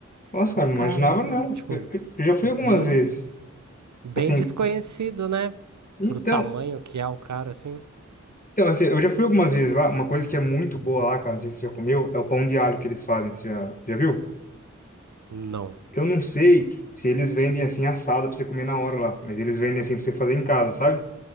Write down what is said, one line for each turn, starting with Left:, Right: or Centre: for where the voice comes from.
Left: Nossa,
Right: Falei,
Left: cara, não
Right: caramba,
Left: imaginava, não.
Right: tipo,
Left: Eu, eu- eu já fui
Right: Bem,
Left: algumas vezes.
Right: bem
Left: Assim,
Right: desconhecido, né?
Left: então,
Right: Pro tamanho que é o cara, assim.
Left: então, assim, eu já fui algumas vezes lá. Uma coisa que é muito boa lá, cara, não sei se você já comeu, é o pão de alho que eles fazem. Você já, já viu?
Right: Não.
Left: Eu não sei se eles vendem assim assado pra você comer na hora lá, mas eles vendem assim pra você fazer em casa, sabe?